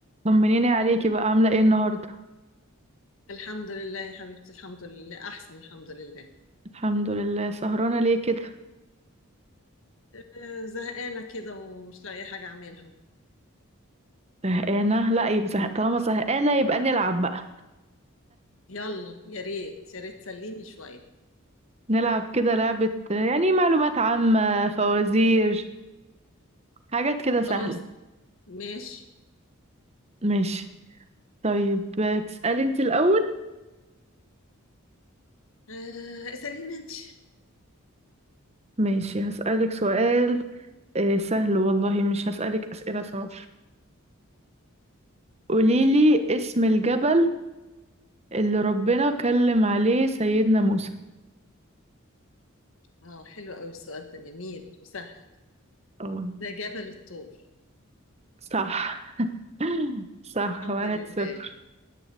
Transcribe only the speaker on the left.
الحمد لله يا حبيبتي الحمد لله احسن الحمد لله
آه، زهقانه كده ومش لاقيه حاجه اعملها
يلا يا ريت يا ريت تسليني شويه
خلاص ماشي
آه، اساليني انت
اه حلو قوي السؤال ده جميل وسهل
ده جبل الطور
الحمد
لله